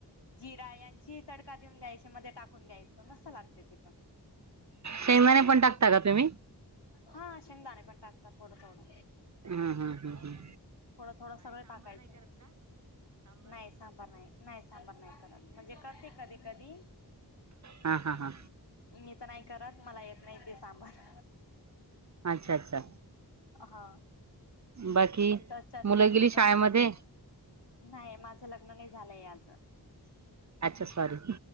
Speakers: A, on the left; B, on the right.
A: जिरा यांची तडका देऊन द्यायचे मध्ये टाकून द्यायचं मस्त लागते ते पण
B: शेंगदाणे पण टाकता का तुम्ही
A: हा शेंगदाणे पण टाकतात थोडं थोडं
B: हम्म हम् हम् हम्
A: थोडं थोडं सगळें टाकायचं नाही सांबर नाही नाही सांबार नाही करत म्हणजे कर कधी कधी
B: हा हा हा
A: मी तर नाही करत मला येत नाही ते सांबार
B: अच्छा अच्छा
A: हा
B: बाकी
A: नंतर चटणी
B: मुलं गेली शाळेमध्ये
A: मस्त आहे नाही माझं लग्न नाही झालंय अजून
B: अच्छा सॉरी